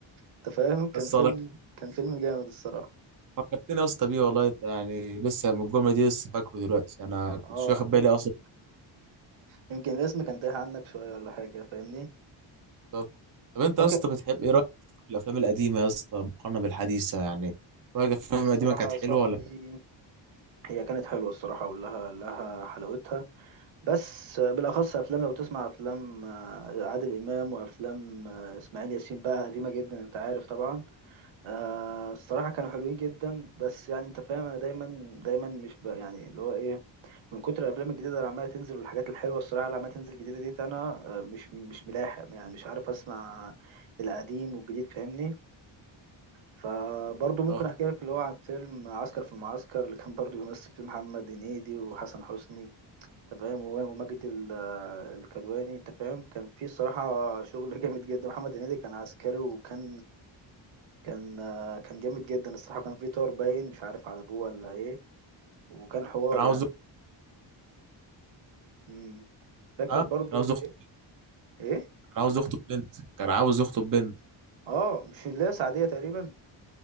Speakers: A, on the right; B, on the right.
A: انت فاهم كان
B: بس
A: فيلم
B: والله
A: كان فيلم جامد الصراحه
B: فكرتني يا اسطى بيه والله انت يعني لسه من الجمله دي لسه فاكره دلوقتي انا
A: اه
B: كنتش واخد
A: آه.
B: بالي اصلا
A: يمكن الاسم كان تايه عنك شويه ولا حاجه فاهمني
B: طب طب انت
A: فاكر
B: يا اسطى بتحب ايه رايك في الافلام القديمه يا اسطى مقارنه بالحديثه يعني رايك الافلام القديمه
A: الصراحه
B: كانت
A: يا
B: حلوه
A: صاحبي
B: ولا كانت
A: هي كانت حلوه الصراحه ولها لها حلاوتها بس بالاخص افلام لو تسمع افلام آه، عادل امام وافلام آه، اسماعيل ياسين بقى قديمه جدا انت عارف طبعا آه، الصراحه كانوا حلوين جدا بس يعني انت فاهم انا دايما دايما مش بقى يعني اللي هو ايه من كتر الافلام الجديده اللي عماله تنزل والحاجات الحلوه الصراحه اللي عماله تنزل جديده دي انا آه، مش مش ملاحق يعني مش عارف اسمع القديم والجديد فاهمني فبرضه ممكن
B: اه
A: احكي لك اللي هو عن فيلم عسكر في المعسكر اللي كان برضه بيمثل فيه محمد هنيدي وحسن حسني انت فاهم و- وماجد ال- الكدواني انت فاهم كان في الصراحه شغل <laughs> جامد جدا محمد هنيدي كان عسكري وكان كان كان جامد جدا الصراحه كان في طار باين مش عارف على ابوه ولا ايه وكان حوار
B: كان عاوز
A: يعني امم فاكر
B: اه
A: برضو
B: كان عاوز يخطب
A: ايه ايه
B: كان عاوز يخطب بنت كان عاوز يخطب بنت
A: اه مش اللي هي سعديه تقريبا